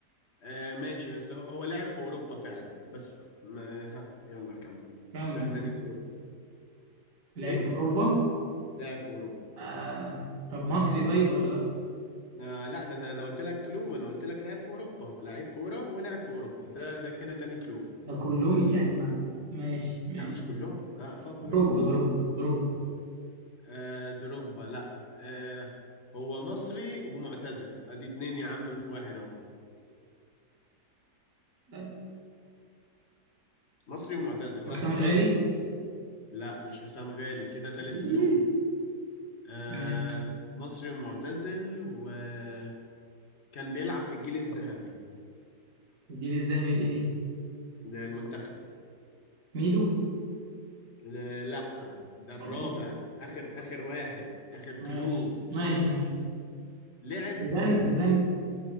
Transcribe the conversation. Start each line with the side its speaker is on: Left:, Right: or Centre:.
Left: آه ماشي بس هو هو لعب في اوروبا فعلا بس ما... ها يلا كمل
Right: كمل
Left: ده
Right: كمل
Left: تاني كلو
Right: لعب
Left: ايه
Right: في اوروبا
Left: لاعب في اوروبا
Right: آه طب مصري طيب ولا لا
Left: آه لا ده, ده انا قلت لك كلو وانا قلت لك لاعب في اوروبا لعيب كورة ولاعب في اوروبا ده ده كده تاني كلو
Right: ده كلهم يعني ما ماشي ماشي
Left: لا مش كلهم ها فكر
Right: دروجبا
Left: قول
Right: دروجبا دروجبا
Left: آه دروجبا لا آه هو مصري ومعتزل ادي اتنين يا عم في واحد اهو
Right: أيوة.
Left: مصري ومعتزل
Right: حسام
Left: ها يلا
Right: غالي
Left: لا مش حسام غالي كده تالت
Right: إيه؟
Left: كلو آه
Right: ماشي
Left: مصري ومعتزل وكان بيلعب في الجيل الذهبي
Right: الجيل الذهبي لايه
Left: للمنتخب
Right: ميدو
Left: آه لا ده الرابع
Right: برضو
Left: اخر اخر واحد اخر كلو
Right: ماشي ماشي ماشي
Left: لعب
Right: زيدان زيدان